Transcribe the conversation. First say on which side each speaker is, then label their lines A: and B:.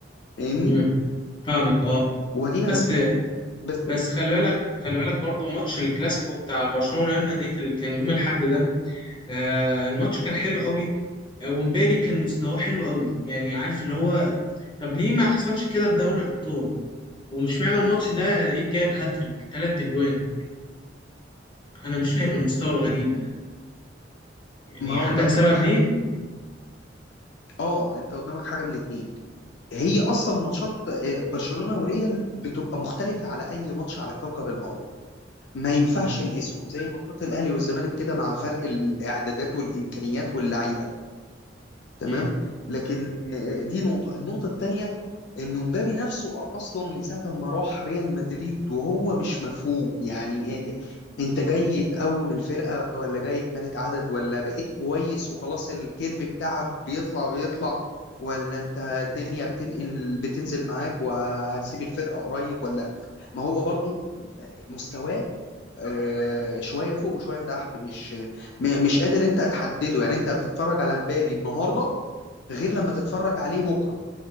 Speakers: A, on the left; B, on the left.
A: فاهمني
B: مم. فاهمك اه
A: ودينا
B: بس
A: هنشوف بس
B: بس خلي بالك خلي بالك برضه ماتش الكلاسيكو بتاع برشلونة ريال مدريد اللي كان يوم الأحد ده آه الماتش كان حلو قوي آه، ومبابي كان مستواه حلو قوي يعني عارف اللي هو طب ليه ما حصلش كده في دوري الأبطال ومش معنى الماتش ده الاقيك جايب هاتريك تلات اجوان انا مش فاهم المستوى الغريب يعني
A: ما هو
B: عندك
A: انت قدامك
B: سبب
A: حاجة
B: ليه
A: من اتنين اه انت قدامك حاجة من اتنين هي اصلا ماتشات آه، برشلونه وريال بتبقى مختلفه على اي ماتش على كوكب الارض ما ينفعش
B: مم.
A: نقيسهم زي ماتشات الاهلي والزمالك كده مع فرق الاعدادات والامكانيات واللعيبه تمام
B: مم.
A: لكن آه، دي نقطة النقطة التانية انه مبابي نفسه اصلا من ساعة ما راح ريال مدريد وهو مش مفهوم يعني إيه إيه، انت جاي تقوم الفرقة ولا جاي كمالة عدد ولا بقيت كويس وخلاص الكيرف بتاعك بيطلع بيطلع ولا انت الدنيا بتنقل بتنزل معاك وهتسيب الفرقة قريب ولا ما هو برضو مستواه آه، شوية فوق وشوية تحت مش م- مش قادر انت تحدده يعني انت بتتفرج على مبابي النهاردة غير لما تتفرج عليه بكره